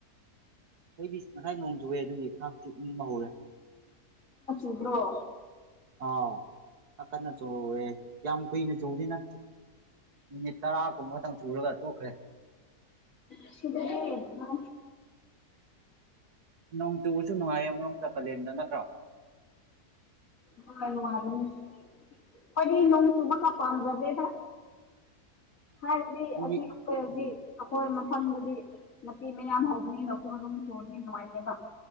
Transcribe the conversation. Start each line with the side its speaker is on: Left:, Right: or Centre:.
Right: ꯑꯩꯈꯣꯏꯗꯤ ꯉꯁꯥꯏ ꯅꯣꯡ ꯆꯨꯨꯔꯦ ꯑꯗꯨꯒꯤ ꯈꯥ ꯆꯅꯤꯡꯕ ꯍꯧꯔꯦ
Left: ꯎ꯭ꯔꯣ
Right: ꯑꯥꯎ ꯀꯗꯅ ꯆ ꯀꯌꯥꯝ ꯀꯨꯏꯅ ꯆꯣꯡꯗꯤ ꯅ ꯃꯤꯅꯤꯠ ꯇꯔꯥꯒꯨꯝꯕꯇꯪ ꯁꯨꯔꯒ ꯇꯣꯛꯈ꯭ꯔꯦ
Left: ꯁꯤꯗꯗꯤ ꯃꯥ
Right: ꯅꯣꯡ ꯆꯨꯕꯁꯨ ꯅꯨꯡꯉꯥꯏꯌꯦ ꯑꯃꯣꯗ ꯀꯥꯂꯦꯟꯗ ꯅꯠꯇ꯭ꯔꯥ
Left: ꯃꯥꯔ ꯃꯥꯔꯅꯤ ꯄ ꯅꯣꯡ ꯆꯨꯃ ꯀ ꯐꯥꯝꯖꯗꯦꯗ ꯍꯥꯏꯗꯤ
Right: ꯅꯪꯗꯤ
Left: ꯑꯁꯤ ꯑꯩꯈꯣꯏ ꯍꯧꯖꯤꯛ
Right: ꯎꯝ
Left: ꯑꯩꯈꯣꯏ ꯐꯐꯝꯗꯨꯗꯤ ꯅꯨꯄꯤ ꯃꯌꯥꯝ ꯍꯧꯕꯅꯤꯅ ꯅꯈꯣꯡ ꯑꯗꯨꯝ ꯆꯨꯔꯗꯤ ꯅꯨꯡꯉꯥꯏꯇꯦꯕ